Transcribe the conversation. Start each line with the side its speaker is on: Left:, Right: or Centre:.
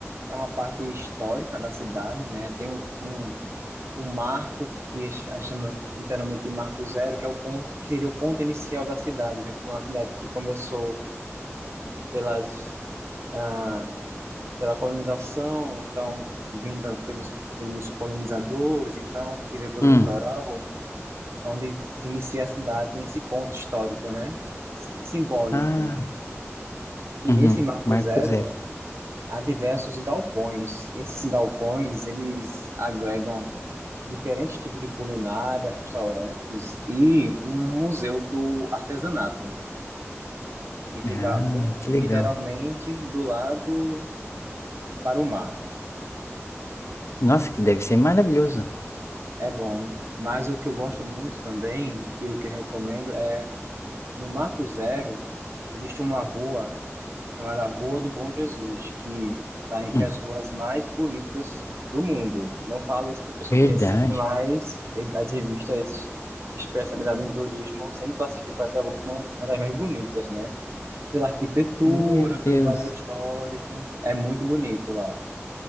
Right: é uma parte histórica da cidade, né? Tem um, um, um marco que a ch- chama internamente de Marco Zero, que é o ponto, que seria o ponto inicial da cidade, já que foi uma cidade que começou pelas ah, pela colonização, então vinda pelos pelos colonizadores, então que veio pelo
Left: Hum.
Right: litoral, onde se inicia a cidade, tem esse ponto histórico, né? Si- Simbólico,
Left: Ah,
Right: né? E
Left: uhum,
Right: nesse Marco
Left: Marco
Right: Zero
Left: Zero.
Right: há diversos galpões. Esses galpões, eles agregam diferentes tipos de culinária, restaurantes e um museu do artesanato, que fica
Left: Ah,
Right: bem
Left: que
Right: literalmente
Left: legal.
Right: do lado para o mar.
Left: Nossa, que deve ser maravilhoso.
Right: É bom, mas o que eu gosto muito também, e o que eu recomendo é, no Marco Zero, existe uma rua chamada Rua do Bom Jesus, que está entre
Left: Hum,
Right: as ruas mais bonitas do mundo. Não falo isso porque eu sou
Left: verdade.
Right: de Recife, mas as revistas especializadas em turismo sempre classificam essa rua como uma das mais bonitas, né? Pela arquitetura,
Left: Meu Deus.
Right: pelo valor histórico, é muito bonito lá.